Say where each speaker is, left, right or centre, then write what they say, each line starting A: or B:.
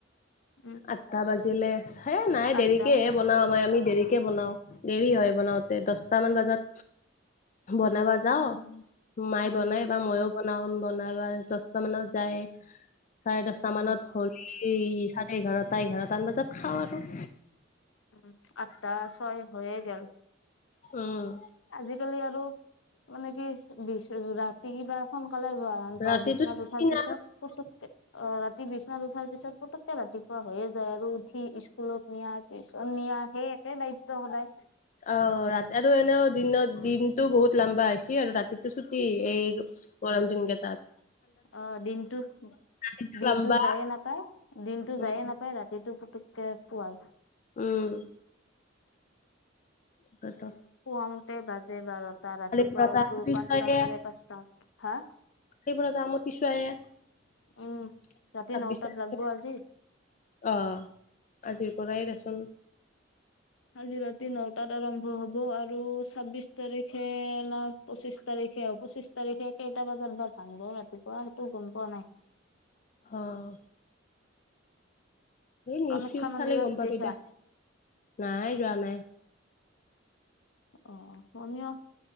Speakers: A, on the left; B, on the left.
A: উম
B: আঠটা বাজিলে সেই নাই
A: আঠটা
B: দেৰিকেহে বনাও হয় আমি দেৰিকে বনাও দেৰি হয় বনাওতে দচটা মান বাজাত বনাবা যাওঁ
A: উম
B: মায়ে
A: উম
B: বনাই বা মইও বনাও বনাবা দহটা মানত যায় চাৰে দচটা
A: উম
B: মানত হ'লি চাৰে এঘাৰটা এঘাৰটামান বজাত খাওঁ আৰু
A: উম আঠটা ছয় হৈয়ে গেল
B: উম
A: আজিকালি আৰু মানে কি বি ৰাতি কিবা সোনকালে যোৱা হান পাও
B: ৰাতিটো
A: বিচনাত উঠাৰ পিছত পুুতুককে অ ৰাতি বিছনাত উঠাৰ পিছত পুতুককে ৰাতিপুৱা হৈয়ে যায় আৰু উঠি স্কুলত নিয়া টিউচন নিয়া সেই একে দায়িত্ব সদায়
B: অ ৰাতি আৰু এনেও দিনত দিনটো বহুত লাম্বা হৈছে আৰু ৰাতিটো ছুটি এই গৰম দিনকেটাত
A: অ দিনটো
B: ৰাতিটো
A: দিনটো
B: লম্বা
A: যায়ে নাপায় দিনটো
B: উম,
A: যায়ে নাপায় ৰাতিটো পুতুককে পোৱাই
B: উম তাকেটো
A: শুৱাওতে বাজে বাৰটা ৰাতিপুৱা
B: পৰা এটা
A: উঠো
B: পিছুৱায়ে
A: পাঁচটা চাৰে পাঁচটাত হা
B: সেইবোৰেটো কামত পিছুৱাই আহ
A: উম ৰাতি
B: ছাব্বিছ
A: নটাত
B: তাৰিখে
A: লাগব আজি
B: অ আজিৰ পৰাই দেচোন
A: আজি ৰাতি নটাত আৰম্ভ হব আৰু ছাব্বিশ তাৰিখে লাষ্ট পঁচিশ তাৰিখে আৰু পঁচিশ তাৰিখে কেইটা বজাত বা ভাংব ৰাতিপুৱা সেইটো গম পোৱা নাই।
B: অ এই নিউচ
A: কামাখ্যা
B: চিউচ
A: মন্দিৰত
B: চালে গম পাবি
A: গৈছা
B: দে নাই যোৱা নাই।
A: অ অ তুমিও